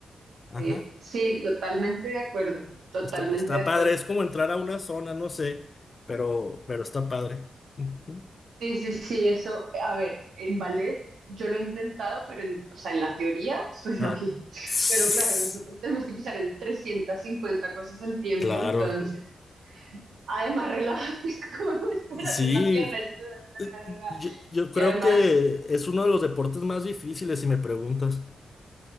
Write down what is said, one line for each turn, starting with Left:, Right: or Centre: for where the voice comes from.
Left: Ajá.
Right: Sí, sí, totalmente de acuerdo, totalmente
Left: Está, está
Right: de acuerdo.
Left: padre, es como entrar a una zona, no sé, pero, pero está padre. Ujú.
Right: Sí, sí, sí, eso, a ver, en ballet yo lo he intentado, pero en, o sea, en la teoría suena
Left: Ah.
Right: bien, <laughs>
Left: Sss,
Right: pero claro, nosotros tenemos que pensar en 350 cosas al tiempo,
Left: Claro,
Right: entonces, además, relájate, <laughs> es como, no, espérate,
Left: sí,
Right: la pierna es... <laughs>
Left: eh, yo, yo creo
Right: Y además,
Left: que es uno de los deportes más difíciles, si me preguntas.